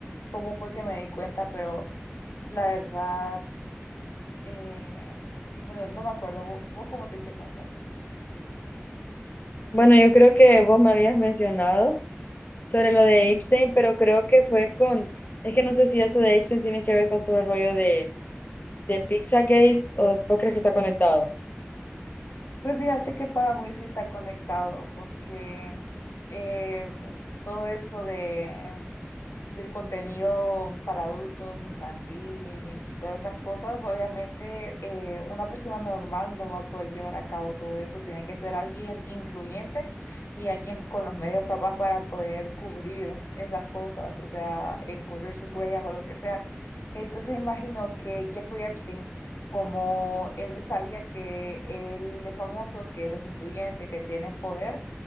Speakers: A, on the left (about 80°); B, on the left (about 45°).
A: cómo fue que me di cuenta, pero la verdad, eh, bueno, no me acuerdo. ¿Vos, vos cómo te diste cuenta?
B: Bueno, yo creo que vos me habías mencionado. sobre lo de Epstein, pero creo que fue con, es que no sé si eso de Epstein tiene que ver con todo el rollo de, de Pizzagate o vos crees que está conectado.
A: Pues fíjate que para mí sí está conectado, porque eh, todo eso de del contenido para adultos, infantil y todas esas cosas, obviamente eh, una persona normal no va a poder llevar a cabo todo eso. Tiene que ser alguien influyente y alguien con los medios capaz para poder cubrir esas cosas, o sea, encubrir sus huellas o lo que sea. Entonces imagino que Jeffrey Epstein, como él sabía que él es famoso, que él es influyente, que tiene poder,